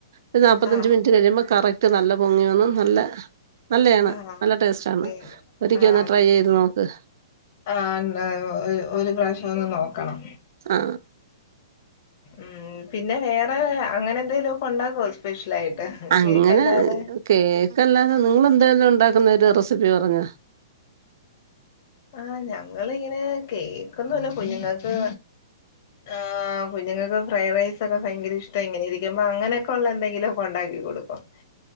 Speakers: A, on the right; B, on the left.
A: ഒരു നാപ്പത്തഞ്ച്
B: ആഹ്
A: മിനിറ്റ്
B: ആഹ്
A: കഴിയുമ്പം കറക് റ്റ് നല്ല പൊങ്ങി വന്ന് നല്ല നല്ലെയാണ്
B: ആഹ്
A: ടേസ്റ്റ്
B: ഓക്കെ
A: ആണ് ഒരിക്കെ
B: ആഹ്
A: ഒന്ന്
B: അത്
A: ട്രൈ ചെയ്ത്
B: ശരി
A: നോക്ക്
B: ആഹ് ന്നാ ഒരു പ്രാവശ്യം ഒന്ന് നോക്കണം
A: ആ
B: ഉം പിന്നെ വേറെ അങ്ങനെ എന്തേലും ഒക്കെ ഒണ്ടാക്കോ സ്പെഷ്യൽ ആയിട്ട്
A: അങ്ങനെ
B: കേക്ക്ല്ലാതെ
A: കേക്കല്ലാതെ നിങ്ങളെന്തേലും ഉണ്ടാക്കുന്ന ഒരു റെസിപ്പി പറഞ്ഞ
B: ആഹ് ഞങ്ങളിങ്ങനെ കേക്കൊന്നുല്ല കുഞ്ഞുങ്ങക്ക് ആഹ് കുഞ്ഞ്ങ്ങ ഫ്രൈഡ് റൈസൊക്കെ ഭയങ്കര ഇഷ്ട ഇങ്ങനെ ഇരിക്കുമ്പൊ അങ്ങനൊക്കെള്ള എന്തെങ്കിലൊക്കെ ഉണ്ടാക്കി കൊടുക്കും